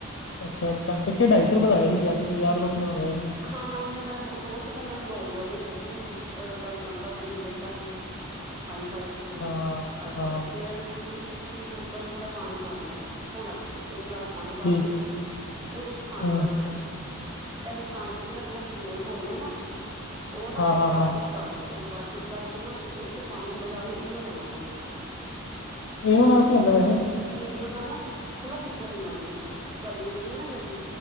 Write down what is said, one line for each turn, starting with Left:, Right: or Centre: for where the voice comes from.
Left: ਅੱਛਾ ਪਿੱਛੇ ਢਾਈ ਸੌ ਆਇਆ ਸੀ ਯ ਯਾਰ ਦੋਸਤ ਨੇ ਮੰਗਾਇਆ ਸੀ।
Right: ਹਾਂ-ਹਾਂ ਇੰਨਾ ਤਾਂ ਹੋੋ ਸਕਤਾ ਮਹਿੰਗਾ ਹੋ ਗਿਆ ਹੋਵੇ ਕਿਉਂਕਿ ਅੱਜ ਕੱਲ ਤੁਹਾਨੂੰ ਪਤਾ ਵੀ ਰੇਟ ਕਾਫੀ ਹਾਈ ਫਾਈ ਹੈਗੇ ਨੇ
Left: ਹਾਂ
Right: ਅੱਛਾ
Left: ਹਾਂ
Right: ਫੇਰ ਜੀ। ਤੁਸੀਂ ਕੁੱਕਰ 'ਚ ਥੋੜਾ ਪਾਣੀ ਭਰ ਲਓ ਥੋੜਾ ਜਿਹਾ ਇੱਕ ਗਲਾਸ ਪਾਣੀ
Left: ਠੀਕ
Right: ਪਾ ਕੇ ਨਾ ਉਹਦੇ 'ਚ ਸਾਂਚਾ
Left: ਹਾਂ
Right: ਰੱਖੋ ਪਹਿਲੇ ਹਾਂਜੀ ਜਿਹੜਾ ਅਸੀਂ ਗੋਲ ਘੋਲਿਆ ਨਾ ਉਹ ਨਾ
Left: ਹਾਂ
Right: ਇੱਕ
Left: ਹਾਂ ਹਾਂ
Right: ਬਾਟੀ 'ਚ ਕੱਢ ਲਓ ਇੱਕ ਬਾਟੀ 'ਚ ਕੱਢ ਕੇ ਨਾ ਤੇ ਇੱਕ ਤੁਹਾਨੂੰ ਬਾਜ਼ਾਰੋਂ ਇਨੂੰ ਲੈਣਾ ਪਏਗਾ।
Left: ਇਨੋ ਨਾਲ ਕੀ ਹੁੰਦਾ ਵੈਹੇ
Right: ਇਨੋ ਨਾਲ ਨਾ ਫਲਫ਼ੀ-ਫਲਫ਼ੀ ਬਣਨਗੀਆਂ ਤੁਹਾਡੀ ਇਡਲੀ ਹੈ ਨਾ ਜਿਹੜੀ